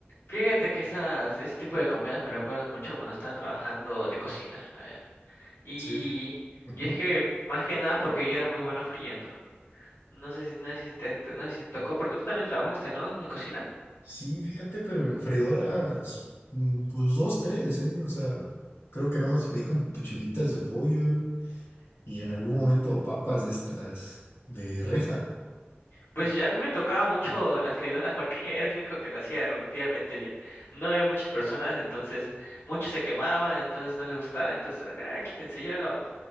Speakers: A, on the left (about 60°); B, on the left (about 80°).
A: Fíjate que esas, ese tipo de comidas me recuerdan mucho cuando estaba trabajando de cocina. allá. Y,
B: Sí. ujú.
A: y es que, más que nada, porque yo era muy bueno friendo. No sé si, no sé si te, no sé si te tocó, porque tú también trabajaste, ¿no? En cocina.
B: Sí, fíjate, pero en freidoras, mm, pues dos, tres, ¿eh? O sea, creo que nada más freí como pechuguitas de pollo y en algún momento papas de estas de reja.
A: Pues ya a mí me tocaba mucho la freidora porque <laughs> era el único que la hacía relativamente bien. No había muchas personas, entonces muchos se quemaban, entonces no les gustaba, entonces era que, ah, quítense, yo lo hago.